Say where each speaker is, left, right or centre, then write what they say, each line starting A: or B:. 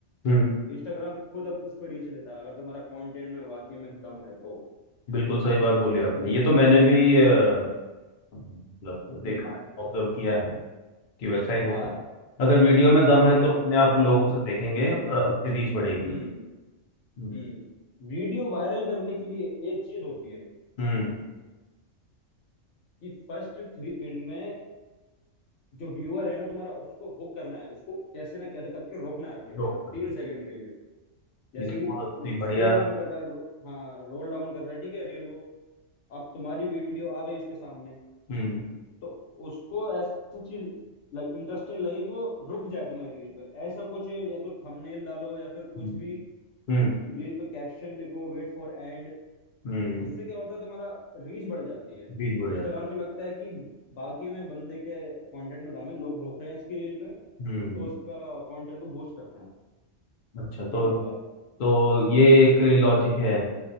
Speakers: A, on the left (about 55°); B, on the left (about 70°).
A: हम्म
B: इंस्टाग्राम खुद अब उसको रीच देता है अगर तुम्हारा कंटेंट में वाकई में दम है तो
A: बिल्कुल सही बात बोली आपने ये तो मैंने भी अ, मतलब
B: हम्म
A: देखा है ऑब्जर्व किया है कि वैसा ही होता
B: हाँ
A: है अगर वीडियो में दम
B: मेरे
A: है तो
B: हम्म
A: अपने आप लोग उसे देखेंगे
B: बिल्कुल
A: और उसकी रीच बढ़ेगी
B: हम्म
A: हम्म
B: हम्म वीडियो वायरल करने के लिए एक चीज होती है
A: हम्म
B: कि फर्स्ट थ्री सेकंड में जो व्यूअर है ना तुम्हारा उसको हुक करना है उसको कैसे ना कैसे करके रोकना है अपनी वीडियो
A: लोग
B: में
A: बढ़ेंगे।
B: तीन सेकंड के लिए जैसे
A: ये तो
B: कि
A: बहुत ही बढ़िया
B: स्क्रिल डाउन कर रहा है रो, हाँ रोल डाउन कर रहा है ठीक है रेल वो अब तुम्हारी वीडियो आ गई उसके सामने
A: हम्म
B: तो उसको ऐसा चीज लाइक इंटरेस्टिंग लगे कि वो रुक जाए तुम्हारी रील पे ऐसा कुछ या तो थंबनेल डालो या फिर कुछ
A: हम्म
B: भी
A: हम्म
B: रील पे कैप्शन लिखो वेट फॉर एंड
A: हम्म,
B: इससे क्या होता है तुम्हारा रीच बढ़ जाती है
A: रीच बढ़ेगा
B: इंस्टाग्राम को लगता है कि बाकी में बंदे के कंटेंट में दम है लोग रोक रहे हैं इसकी रील पे
A: हम्म
B: तो उसका कंटेंट को बूस्ट करते हैं
A: अच्छा तो
B: ये होता है
A: तो ये एक लॉजिक है